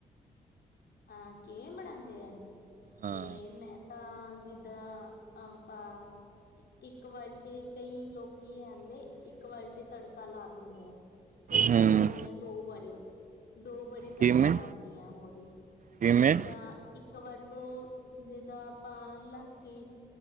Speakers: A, on the left (about 65°); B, on the right (about 45°).
A: ਹਾਂ, ਕਿਵੇਂ ਬਣਾਉਂਦੇ ਆ?
B: ਹਾਂ
A: ਤੇ ਮੈਂ ਤਾਂ, ਜਿੱਦਾਂ ਆਪਾਂ, ਇੱਕ ਵਾਰੀ ਤੇ ਕਈ ਲੋਕੀ ਕਹਿੰਦੇ, ਇੱਕ ਵਾਰ ਚ ਤੜਕਾ ਲਾ ਦਿੰਦੇ ਆ। ਤੇ ਮੈਂ
B: ਹੂੰ
A: ਲਾਂਨੀ ਹਾਂ ਦੋ ਵਾਰੀ, ਦੋ ਵਾਰੀ
B: ਕਿਵੇਂ
A: ਤੜਕਾ ਲਾਂਨੀ ਹਾਂ, ਉਹਦੇ।
B: ਕਿਵੇਂ
A: ਜਿੱਦਾਂ ਇੱਕ ਵਾਰ, ਤੋਂ ਜਿੱਦਾਂ ਆਪਾਂ ਲੱਸੀ